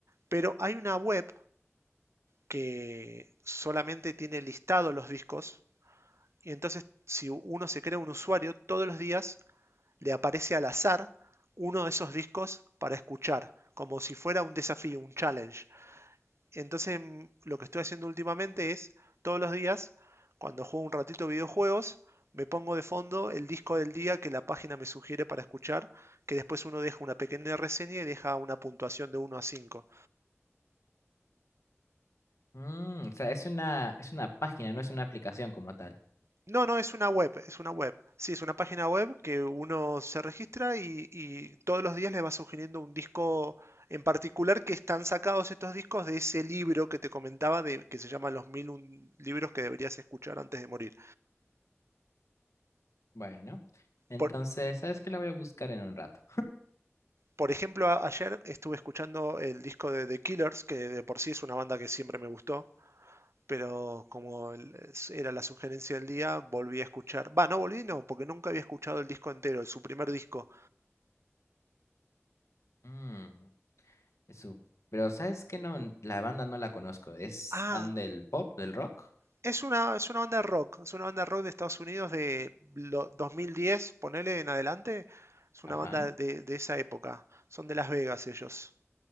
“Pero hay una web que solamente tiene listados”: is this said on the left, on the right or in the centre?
Right